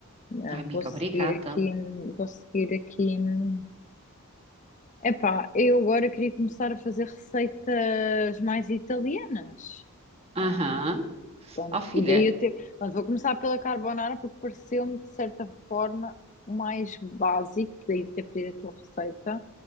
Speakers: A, on the left; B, on the right.
A: Ah,
B: Ai, amiga,
A: vou seguir
B: obrigada.
A: aqui, hum, vou seguir aqui. hum. Epá, eu agora queria começar a fazer receitas mais italianas.
B: Aham.
A: Ah, hum, portanto,
B: Ó, filha.
A: e daí eu te... Portanto, vou começar pela carbonara porque pareceu-me de certa forma o mais básico, daí ter pedido a tua receita.